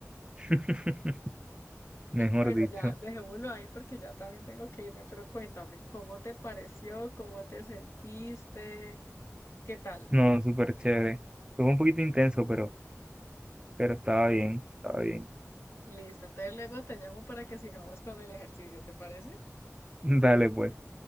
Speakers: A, on the right; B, on the left.
A: <laughs> mejor
B: Bueno,
A: dicho.
B: ya dejémoslo ahí porque ya también tengo que irme, pero cuéntame, ¿cómo te pareció? ¿Cómo te sentiste? ¿Qué tal?
A: No, súper chévere. Fue un poquito intenso, pero, pero estaba bien, estaba bien.
B: Listo, entonces luego te llamo para que sigamos con el ejercicio, ¿te parece?
A: <laughs> Dale, pues,